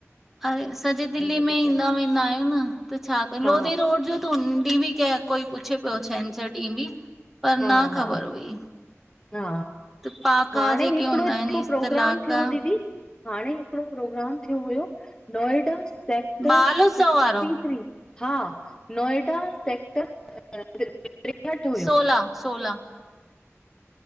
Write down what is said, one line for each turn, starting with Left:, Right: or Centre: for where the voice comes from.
Centre: अरे सॼी दिल्ली
Left: इनजे
Centre: में ईंदा
Left: करे
Centre: वेंदा आहियूं न त छा कयूं
Left: हा
Centre: लोधी रोड जो उन ॾीहं ॿि केर कोई पुछे पियो छंछरु ॾींहुं बि पर
Left: हा
Centre: न
Left: हा
Centre: ख़बर हुई।
Left: हा
Centre: पाका
Left: हाणे
Centre: जेके
Left: हिकिड़ो
Centre: हूंदा आहिनि
Left: जेको
Centre: इस्तलाका
Left: प्रोग्राम थियो दीदी हाणे हिकिड़ो प्रोग्राम थियो हुयो नोएडा स सेक्टर
Centre: बाल
Left: सिस्टी
Centre: उत्सव वारो
Left: थ्री हा नोएडा सेक्टर टेहठि हुयो
Centre: सोला सोला।